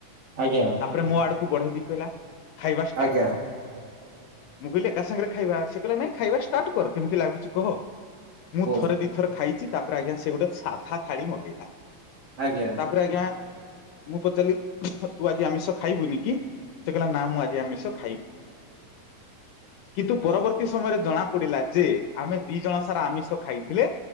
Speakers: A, on the right; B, on the left.
A: ଆଜ୍ଞା।
B: ତାପରେ ମୋ ଆଡକୁ ବଢେଇ ଦେଇ କହିଲା ଖାଇବା ଷ୍ଟାର୍ଟ
A: ଆଜ୍ଞା
B: କର। ମୁଁ କହିଲି ଏକା ସାଙ୍ଗରେ ଖାଇବା ସେ କହିଲା ନାଇଁ ଖାଇବା ଷ୍ଟାର୍ଟ କର କେମିତି ଲାଗୁଛି କହ। ମୁଁ
A: ହୁଁ
B: ଥରେ ଦିଥର ଖାଇଚି ତାପରେ ଆଜ୍ଞା ସେ ଗୋଟେ ସାଧା ଥାାଳି ମଗେଇ
A: ଆଜ୍ଞା।
B: ତାପରେ ଆଜ୍ଞା ମୁଁ ପଚାରିଲି ତୁ ଆଜି ଆମିଷ ଖାଇବୁନିକି ସେ କହିଲା ନା ମୁଁ ଆଜି ଆମିଷ ଖାଇବି। କିନ୍ତୁ ପରବର୍ତ୍ତୀ ସମୟରେ ଜଣା ପଡିଲା ଯେ ଆମେ ଦି ଦି ଜଣ ସାରା ଆମିଷ ଖାଇଥିଲେ